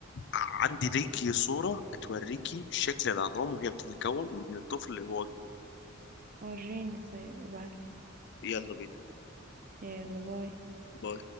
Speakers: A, on the left; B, on the right.
A: عندي ليكي
B: آه،
A: صوره توريكي شكل العظام وهي بتتكون من الطفل اللي هو
B: وريني طيب ابعتلي
A: يلا بينا
B: يلا باي
A: باي